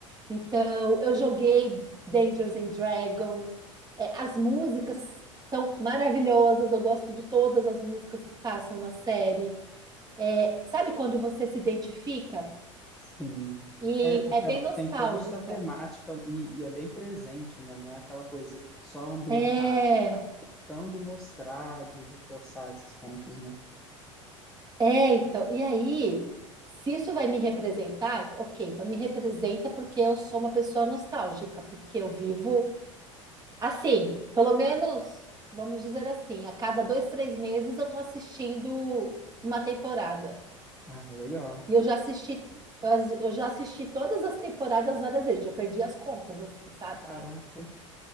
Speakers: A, on the right; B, in the centre.
A: então eu joguei Dungeons and Dragons. É, as músicas são maravilhosas, eu gosto de todas as músicas que passam na série. É, sabe quando você se identifica?
B: Sim.
A: E
B: É, porque
A: é bem
B: ela
A: nostálgica.
B: tem toda essa temática e, e é bem presente, né? Não é aquela coisa só ambientada.
A: É,
B: Então, de mostrar, de reforçar esses pontos, né?
A: é, então. E aí, se isso vai me representar, ok, então me representa porque eu sou uma pessoa nostálgica, porque eu vivo assim, pelo menos, vamos dizer assim, a cada dois, três meses eu estou assistindo uma temporada.
B: Ah, legal.
A: E eu já assisti, eu, as- eu já assisti todas as temporadas várias vezes, já perdi as contas, assim, sabe?
B: Caraca.